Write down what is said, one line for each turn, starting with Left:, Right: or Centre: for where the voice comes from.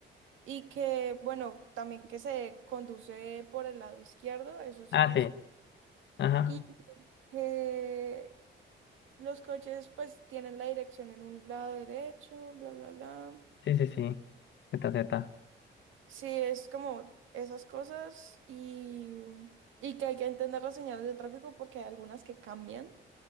Right: Y que, bueno, también que se conduce por el lado izquierdo, eso sí
Left: Ah,
Right: es.
Left: sí, ajá,
Right: Y que los coches pues tienen la dirección en un lado derecho, bla, bla, bla.
Left: sí, sí, sí, zeta, zeta.
Right: Sí, es como esas cosas y, y que hay que entender las señales de tráfico porque hay algunas que cambian.